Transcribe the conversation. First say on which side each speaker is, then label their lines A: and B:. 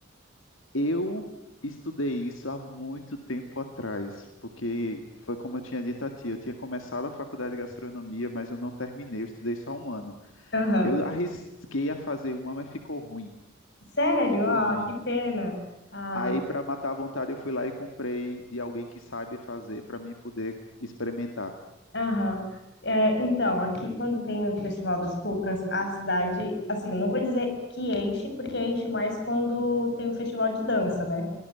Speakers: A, on the left (about 85°); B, on the left (about 60°).
A: eu estudei isso há muito tempo atrás, porque foi como eu tinha dito a ti, eu tinha começado a faculdade de gastronomia, mas eu não terminei, eu estudei só um ano.
B: Aham.
A: Eu arrisquei a fazer uma, mas ficou ruim,
B: Sério?
A: ficou
B: Ah,
A: ruim.
B: que pena. Ah,
A: Aí, para matar a vontade, eu fui lá e comprei de alguém que sabe fazer para mim poder experimentar.
B: Aham. É, então, aqui quando tem o Festival das Cucas, a cidade, assim, não vou dizer que enche, porque enche mais quando tem o festival de dança, né?